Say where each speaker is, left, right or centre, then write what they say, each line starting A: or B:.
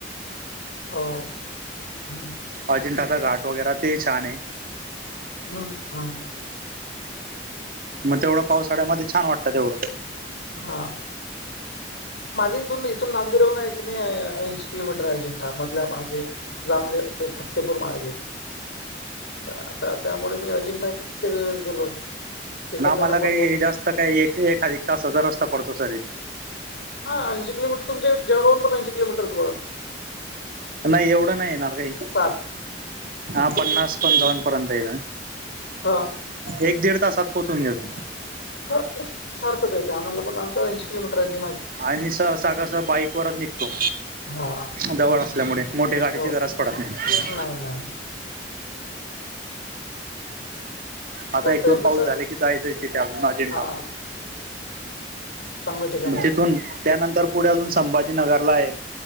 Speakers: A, on the left; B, on the right.
A: हो, हम्.
B: अजिंठाचा घाट वगैर ते छान आहे.
A: ह, हा.
B: मग तेवढं पावसाळ्यामध्ये छान वाटतात तेवढं.
A: हा. माझ्या इथून, इथून नांदूर येऊन आहे की नाही ऐंशी किलोमीटर आहे अजिंठा मधल्या माझे. जामनेरचे फतेपूर मार्गे. आता त्यामुळे मी अजिंठा किती वेळेस गेलो. चिखलदरा
B: ना आम्हाला काही
A: पण भरपूर
B: जास्त काही एक-एखाधिक तासाचा रस्ता पडतो सरी.
A: ह ऐंशी किलोमीटरु तुमच्या जळगाव पण ऐशी किलोमीटरच बण.
B: नाही एवढं नाही येणार रे,
A: साठ
B: हा पन्नास पण दोन पर्यंत येते.
A: हा.
B: एक दीड तासात पोहोचून घेतो.
A: ह सारखंच येते आम्हाला पण आमचा ऐंशी किलोमीटर आणि.
B: आणि स सगस बाईक वरच निघतो.
A: हा
B: जवळ असल्यामुळे मोठे गाडीची
A: हो
B: गरज पडत नाही.
A: नाही नाही.
B: आता एक-दोन
A: ते
B: पाऊस
A: कसं
B: झाले की जायचंय तिथे अजून अजिंठाला.
A: हा चांगलं ठिकाण आहे
B: तिथून
A: ते
B: त्यानंतर पुढे अजून संभाजी नगरला आहे